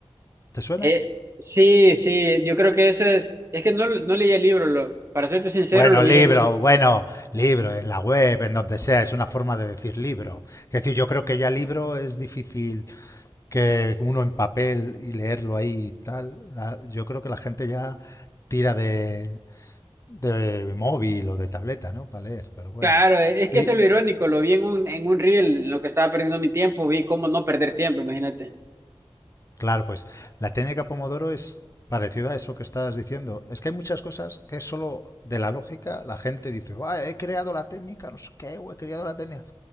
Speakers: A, on the left (about 30°); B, on the right (about 25°).
A: ¿Te suena?
B: Eh, sí, sí, yo creo que eso es... Es que no, no leí el libro, lo, para serte sincero,
A: Bueno,
B: lo vi
A: libro,
B: en un...
A: bueno, libro, en la web, en donde sea, es una forma de decir libro. Es decir, yo creo que ya libro es difícil que uno en papel y leerlo ahí y tal. La- yo creo que la gente ya tira de, de móvil o de tableta, ¿no? Para leer, pero bueno.
B: Claro, eh, es que
A: Y
B: eso es lo irónico, lo vi en un, en un reel, en lo que estaba perdiendo mi tiempo, vi cómo no perder tiempo, imagínate.
A: claro, pues la técnica Pomodoro es parecida a eso que estabas diciendo. Es que hay muchas cosas que es solo de la lógica. La gente dice, "Buah, he creado la técnica, no sé qué, o he creado la técnica.